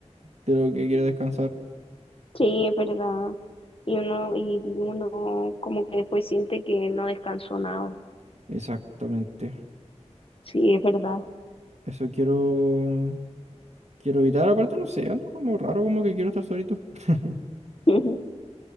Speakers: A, on the right; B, on the left.
A: de lo que quiere descansar.
B: Sí, es verdad. Y uno, y uno como que después siente que no descansó nada.
A: Exactamente.
B: Sí, es verdad.
A: Eso quiero, quiero evitar. Aparte, no sé, ando como raro, como que quiero estar solito. <laughs>
B: <laughs>